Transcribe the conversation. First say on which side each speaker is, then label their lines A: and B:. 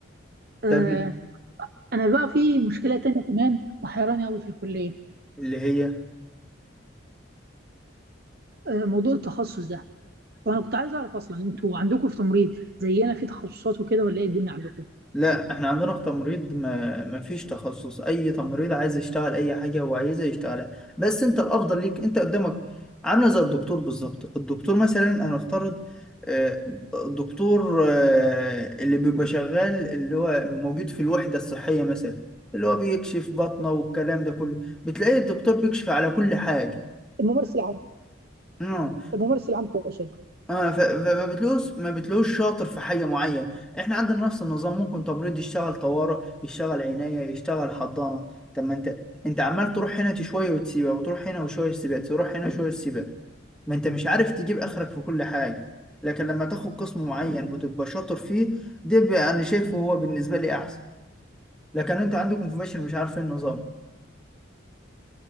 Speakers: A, on the right; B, in the centre.
A: آه،
B: طب
A: انا بقى في مشكله تانية كمان وحيراني قوي في الكليه
B: اللي هي
A: آه، موضوع التخصص ده وانا كنت عايز اعرف اصلا انتوا عندكم في تمريض زينا في تخصصات وكده ولا ايه الدنيا عندكم
B: لا احنا عندنا في تمريض ما ما فيش تخصص اي تمريض عايز يشتغل اي حاجه هو عايزها يشتغلها بس انت الافضل ليك انت قدامك عامله زي الدكتور بالظبط الدكتور مثلا هنفترض آه، الدكتور آه، اللي بيبقى شغال اللي هو موجود في الوحده الصحيه مثلا اللي هو بيكشف بطنه والكلام ده كله بتلاقي الدكتور بيكشف على كل حاجه
A: الممارس العام
B: اه
A: الممارس العام تقصد
B: اه ف- فما بتلوش ما بتلوش شاطر في حاجه معينه احنا عندنا نفس النظام ممكن تمريض يشتغل طوارئ يشتغل عنايه يشتغل حضانه طب ما انت انت عمال تروح هنا شويه وتسيبها وتروح هنا وشويه تسيبها تروح هنا شويه تسيبها ما انت مش عارف تجيب اخرك في كل حاجه لكن لما تاخد قسم معين وتبقى شاطر فيه ده بقى انا شايفه هو بالنسبه لي احسن لكن انت عندكم في باشا مش عارفين النظام